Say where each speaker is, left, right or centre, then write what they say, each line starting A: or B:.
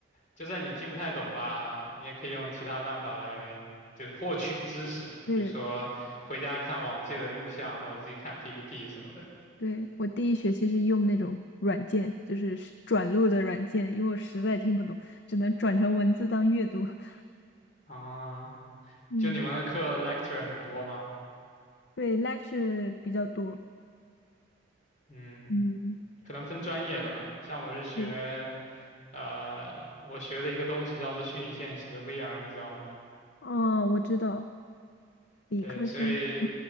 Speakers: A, on the left (about 40°); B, on the left (about 60°).
A: 就算你听不太懂吧，你也可以用其他办法来就是获取知识，
B: 对
A: 比如说回家看往届的录像或者自己看 PPT 什么的。
B: 对，我第一学期是用那种软件，就是是转录的软件，因为我实在听不懂，只能转成文字当阅读。<laughs>
A: 啊，
B: 嗯，
A: 就你们的课 lecture 很多吗？
B: 对，lecture 比较多。
A: 嗯，
B: 嗯，
A: 可能分专业吧。像我是学，
B: 对，
A: 呃，我学的一个东西叫做虚拟现实 VR，你知道吗？
B: 哦，我知道。理科生，
A: 对，所以